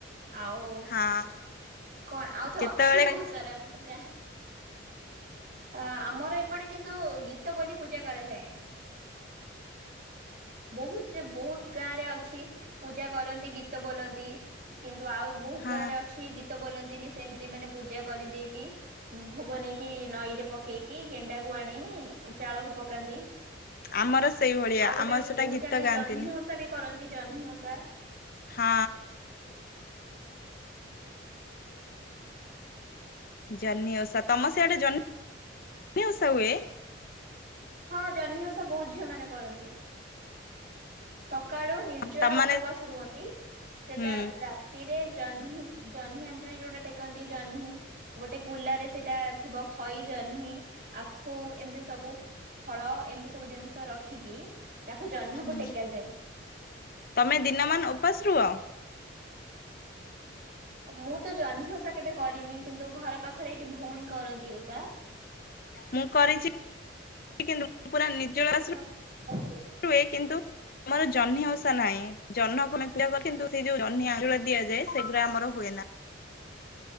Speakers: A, on the right; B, on the left.
A: ଆଉ
B: ହଁ
A: କଣ ଆଉ ତ
B: କେତେବେଳେ
A: ଅଛି ବହୁତ ସାରା। ମୁଁ ତ ଯା ଅ ଆମର ଏପଟେ କିନ୍ତୁ ଗୀତ ବୋଲି ପୂଜା କରାଯାଏନି। <inaudible> ବହୁତ ବହୁତ ଗାଁ ରେ ଅଛି ପୂଜା କରନ୍ତି ଗୀତ ବୋଲନ୍ତି। କିନ୍ତୁ ଆଉ ବହୁତ
B: ହଁ
A: ଗାଁ ରେ ଅଛି ଗୀତ ବୋଲନ୍ତି। ସେମତି ମାନେ ପୂଜା କରିଦେଇକି ଭୋଗ ନେଇକି ନଈରେ ପକେଇକି ଗେଣ୍ଡାକୁ ଆଣି ଚାଳକୁ ପକାନ୍ତି।
B: ଆମର ସେଇଭଳିଆ
A: ଆଉ ଗୋଟେ
B: ଆମର ସେଟା
A: ବହୁତ
B: ଗୀତ
A: ଜାଗାରେ
B: ଗାଆନ୍ତିନି।
A: ଜହ୍ନି ଓଷା ବି କରନ୍ତି ଜହ୍ନି ଓଷା।
B: ହଁ। ଜହ୍ନି ଓଷା ତମ ସିଆଡେ ଜ ଜଷା ହୁଏ।
A: ହଁ ଜହ୍ନି ଓଷା ବହୁତ ଝିଅ ମାନେ କରନ୍ତି। ସକାଳୁ ନିର୍ଜଳା
B: ତମ ମାନେ
A: ଉପବାସ ରୁହନ୍ତି। ସେଟା
B: ହୁଁ
A: ରାତିରେ ଜହ୍ନି ଜହ୍ନି ଆଞ୍ଜୁଳି ଯୋଉଟା ଟେକନ୍ତି। ଜହ୍ନି ଗୋଟେ କୁଲାରେ ସେଟା ଥିବ ଖଇ ଜହ୍ନି ଆଖୁ ଏମିତି ସବୁ ଫଳ ଏମିତି ସବୁ ଜିନିଷ ରଖିକି ତାକୁ ଜହ୍ନକୁ
B: ହୁଁ
A: ଟେକାଯାଏ।
B: ତମେ ଦିନମାନ ଉପାସ ରୁହ।
A: ମୁଁ ତ ଜହ୍ନି ଓଷା କେବେ କରିନି। କିନ୍ତୁ ଘର ପାଖରେ ଏଇଠି ଭଉଣୀ କରନ୍ତି ଓଷା।
B: ମୁଁ କରିଛି। କିନ୍ତୁ ମୁଁ ପୁରା ନିର୍ଜଳ
A: ହୁଁ
B: ଆସ ହୁଏ କିନ୍ତୁ ଆମର ଜହ୍ନି ଓଷା ନାହିଁ। ଜହ୍ନକୁ ଆମେ ପୂଜା କରୁ କିନ୍ତୁ ସେଇ ଯୋଉ ଜହ୍ନି ଆଞ୍ଚୁଳି ଦିଆଯାଏ ସେଗୁଡା ଆମର ହୁଏ ନା।